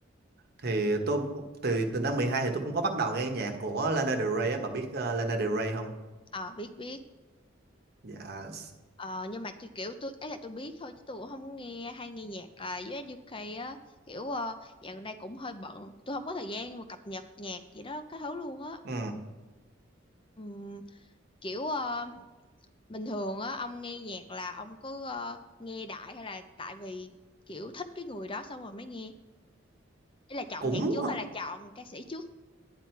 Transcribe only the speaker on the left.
Ờ, biết biết.
Ờ, nhưng mà tôi kiểu tôi ấy là tôi biết thôi chứ tôi cũng không nghe hay nghe nhạc ờ, US UK á kiểu uh, dạo gần đây cũng hơi bận tôi không có thời gian mà cập nhật nhạc gì đó cái thứ luôn á
Ừm, kiểu ờ, bình thường á ông nghe nhạc là ông cứ ờ, nghe đại hay là tại vì kiểu thích cái người đó xong rồi mới nghe ý là chọn
nhạc trước hay là chọn ca sĩ trước